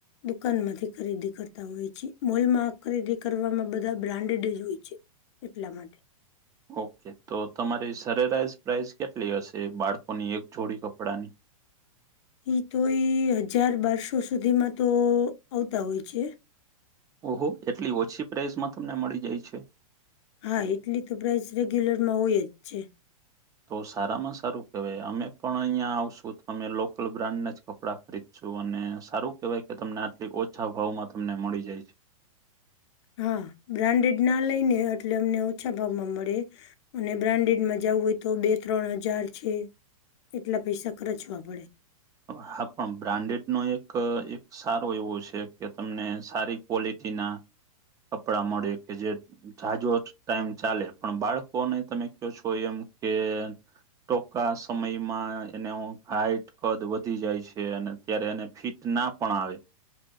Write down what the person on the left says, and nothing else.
દુકાન માંથી ખરીદી કરતા હોય છે મોલમાં ખરીદી કરવામાં બધા બ્રાન્ડેડ જ હોય છે એટલા માટે- -
ઈ તો એ હજાર બારસો સુધીમાં તો આવતા હોય છે.
હા એટલી તો પ્રાઇસ રેગ્યુલર માં હોય જ છે.
હા બ્રાન્ડેડ ના લઈ ને એટલે અમને ઓછા ભાવમાં મળે- - અને બ્રાન્ડેડમાં જવું હોય તો બે ત્રણ હજાર છે. એટલા પૈસા ખર્ચવા પડે.